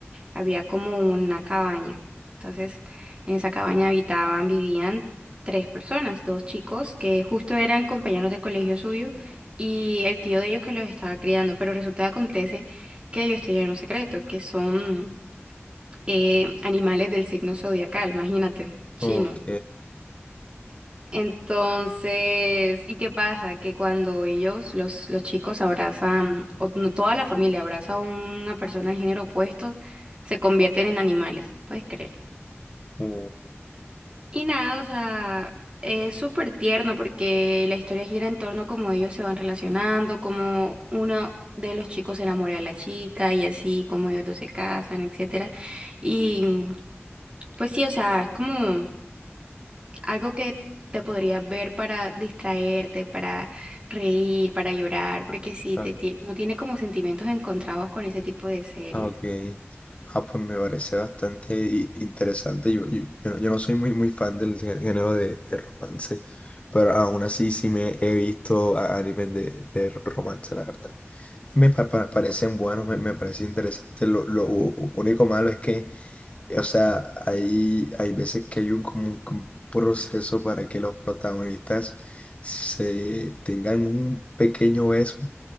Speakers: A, on the right; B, on the left.
A: había como una cabaña. Entonces, en esa cabaña habitaban, vivían tres personas, dos chicos que justo eran compañeros de colegio suyo y el tío de ellos que los estaba criando, pero resulta que acontece que ellos tienen un secreto, que son eh, animales del signo zodiacal, imagínate, chino.
B: Ok.
A: Entonces, ¿y qué pasa? Que cuando ellos, los, los chicos abrazan, o no, toda la familia abraza a una persona de género opuesto, se convierten en animales, ¿puedes creer?
B: Uh,
A: Y nada, o sea, es súper tierno porque la historia gira en torno a cómo ellos se van relacionando, cómo uno de los chicos se enamora de la chica y así, cómo ellos dos se casan, etcétera. Y pues sí, o sea, es como algo que te podrías ver para distraerte, para reír, para llorar, porque sí
B: ah,
A: te, tie- no tiene como sentimientos encontrados con ese tipo de series.
B: ah, ok.
A: <laughs>
B: Ah, pues me parece bastante i- interesante. Yo, yo, yo no yo no soy muy, muy fan del gé- género de, de romance, pero aún así sí me he visto a- animes de, de romance, la verdad. y Me pa- pa- parecen buenos, me, me parece interesante. Lo, lo u- único malo es que O sea, hay, hay veces que hay un, como un un proceso para que los protagonistas se tengan un pequeño beso.